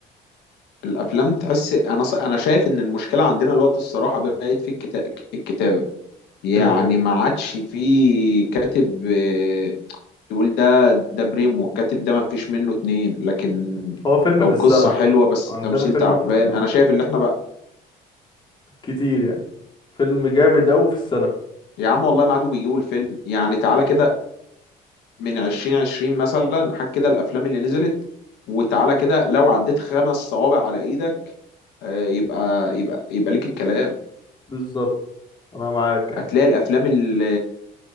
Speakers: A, on the left; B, on the left.
A: الافلام تحس انا ص... انا شايف ان المشكله عندنا الوقت الصراحه بقت في الكتا... الكتابه يعني
B: كده كده
A: ما عادش في كاتب آه، تقول ده ده بريمو الكاتب ده ما فيش منه اتنين لكن
B: هو فيلم
A: او
B: في
A: قصة
B: السنة
A: حلوة بس
B: عندنا
A: التمثيل
B: فيلم
A: تعبان
B: في السنة
A: انا شايف اللي احنا بقى
B: كتير يعني فيلم جامد أوي في السنة
A: يا عم والله ما عادوا بيجيبوا الفيلم يعني تعالى كده من عشرين عشرين مثلا حك كده الافلام اللي نزلت وتعالى كده لو عديت خمس صوابع على ايدك آه، يبقى يبقى يبقى ليك الكلام
B: بالظبط أنا معاك يعني
A: هتلاقي الافلام اللي